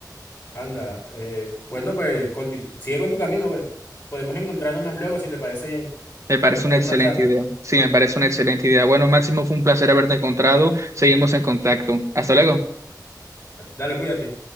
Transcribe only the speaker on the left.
Anda, eh, bueno, pues conti- sigue con tu camino, pues. Podemos encontrarnos más luego si te parece bien.
Podemos tener
una charla.
Dale, cuídate.